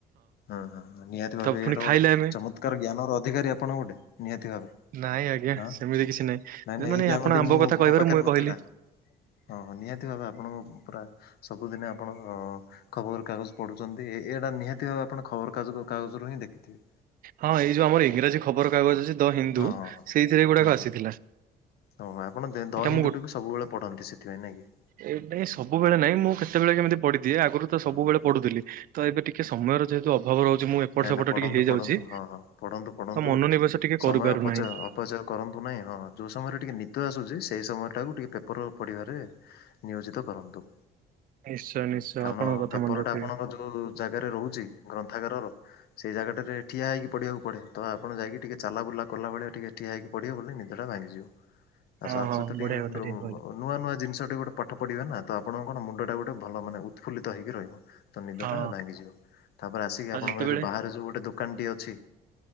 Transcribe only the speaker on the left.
ହଁ ହଁ ନିହାତି ଭାବେ
ଏଇଟା
ଗୋଟେ
ଚମତ୍କାର ଜ୍ଞାନ ର ଅଧିକାରୀ ଆପଣଙ୍କ ଗୋଟେ ନିହାତି ଭାବେ।
ହଁ
ନାଇଁ
ନାଇଁ
ଏଇ ଜ୍ଞାନଟି
ମୁଁ
ମୋ ପାଖରେ
ନଥିଲା। ହଁ ହଁ ନିହାତି ଭାବେ ଆପଣଙ୍କ ପୁରା ସବୁଦିନେ ଆପଣ ଖବର କାଗଜ ପଢୁଛନ୍ତି, ଏଇଟା ନିହାତି ଭାବେ ଆପଣ ଖବର କାଗ କାଗଜରୁ ହିଁ ଦେଖିଥିବେ।
ହଁ ହଁ ହଁ।
ହୁଁ
ହଁ ଆପଣ ଦ
ହିନ୍ଦୁଟିକୁ
ସବୁବେଳେ ପଢନ୍ତି ସେଥିପାଇଁ ନାଁ କି।
ହୁଁ ହୁଁ ହୁଁ।
ନାଇଁ
ନାଇଁ ପଢନ୍ତୁ
ପଢନ୍ତୁ ହଁ ହଁ ପଢନ୍ତୁ ପଢନ୍ତୁ।
ସମୟ
ଅପଚୟ ଅପଚୟ କରନ୍ତୁ ନାହିଁ, ହଁ ଯୋଉ ସମୟରେ ଟିକେ ନିଦ ଆସୁଛି ସେଇ ସମୟ ଟାକୁ ଟିକେ ପେପର ପଢିବାରେ ନିୟୋଜିତ କରନ୍ତୁ,
କାରଣ
ପେପର
ଟା ଆପଣଙ୍କ ଉ ଜାଗାରେ ରହୁଛି ଗ୍ରନ୍ଥାଗାରର ସେଇ ଜାଗାଟାରେ ଠିଆ ହେଇକି ପଢିବାକୁ ପଡେ, ତ ଆପଣ ଯାଇକି ଟିକେ ଚାଲା ବୁଲାକଲା ଭଳିଆ ଟିକେ ଠିଆ ହେଇକି ପଢିବେ ବୋଲିଲେ ନିଦଟା ଭାଙ୍ଗିିଯିବ। <unintelligible>
ନୂଆ ନୂଆ ଜିନିଷ ଟେ ଗୋଟେ ପାଠ ପଢିବେ ନା ତ ଆପଣଙ୍କ କଣ ମୁଣ୍ଡ ଟା ଗୋଟେ ଭଲ ମାନ ଉତ୍ଫୁଲିତ ହେଇକି ରହିବ। ତ ନିଦ
ଟା ଭାଙ୍ଗିଯିବ, ତାପରେ ଆସିକି
ଆପଣଙ୍କ
ଏ ଯୋଉ ବାହାରେ ଯୋଉ ଗୋଟେ ଦୋକାନ ଟି ଅଛି।